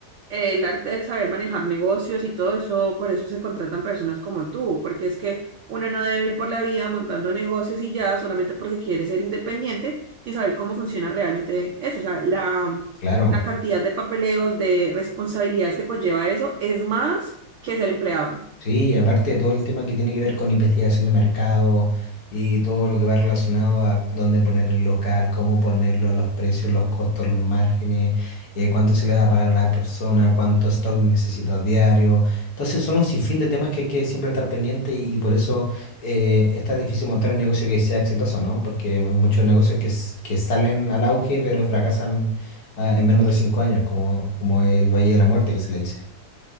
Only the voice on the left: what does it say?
Claro.
Sí, y aparte de todo el tema que tiene que ver con investigación de mercado y todo lo que va relacionado a dónde poner el local, cómo ponerlo, los precios, los costos, los márgenes, eh, cuánto se le va a pagar a la persona, cuánto stock necesitas diario. Entonces son un sinfín de temas que hay que siempre estar pendiente y, y por eso eh, es tan difícil montar un negocio que sea exitoso, ¿no? Porque hay muchos negocios que, s- que salen al auge pero fracasan ah, en menos de cinco años, como, como el Valle de la Muerte que se le dice.